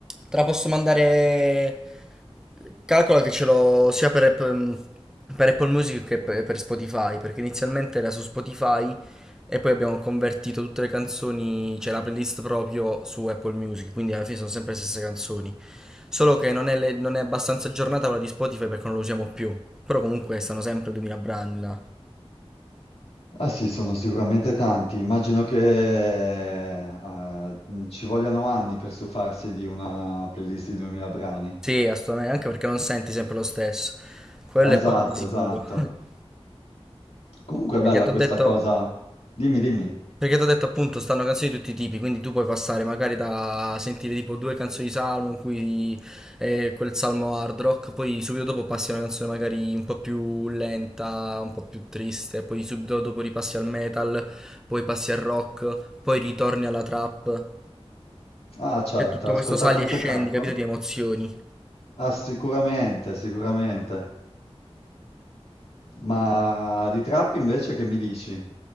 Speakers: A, in the centre; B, on the left.
A: Te la posso mandare. Calcola che ce l'ho sia per, App- per Apple Music che per, per Spotify, perché inizialmente era su Spotify e poi abbiamo convertito tutte le canzoni, cioè la playlist proprio su Apple Music, quindi alla fine sono sempre le stesse canzoni. Solo che non è, le- non è abbastanza aggiornata quella di Spotify perché non lo usiamo più. Però comunque stanno sempre 2000 brani là.
B: Ah sì, sono sicuramente tanti. Immagino che eh, ci vogliano anni per stufarsi di una playlist di 2000 brani.
A: Sì, assolutamente, anche perché non senti sempre lo stesso. Quello
B: Ah, Esatto,
A: è poco di sicuro.
B: esatto.
A: <laughs>
B: Comunque è
A: Perché
B: bella
A: ti ho
B: questa
A: detto,
B: cosa. Dimmi, dimmi.
A: perché t'ho detto appunto stanno canzoni di tutti i tipi, quindi tu puoi passare magari da sentire tipo due canzoni di Salmo in cui è quel Salmo hard rock, poi subito dopo passi a una canzone magari un po' più lenta, un po' più triste, poi subito dopo ripassi al metal, poi passi al rock, poi ritorni alla trap.
B: Ah, certo,
A: C'è tutto
B: hai
A: questo
B: ascoltato
A: sali
B: anche
A: e scendi,
B: trap?
A: capito, di emozioni.
B: Ah, sicuramente, sicuramente. Ma di trap invece che mi dici?